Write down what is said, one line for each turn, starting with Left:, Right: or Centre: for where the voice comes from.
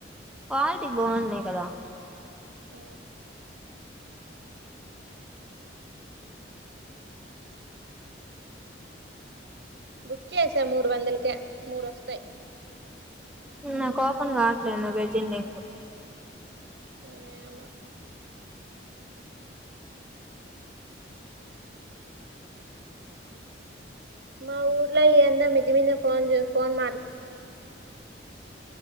Centre: క్వాలిటీ బాగున్నాయి కదా
Right: హ బుక్ చేసా మూడు వందలకే మూడువస్తాయి
Centre: నాకు ఓపెన్ కావట్లేదు వెజ్ ఇండియన్ కు
Right: <inaudible> మా ఊర్లో ఏందో మిద్దె మీద ఫోన్ చేసి ఫోన్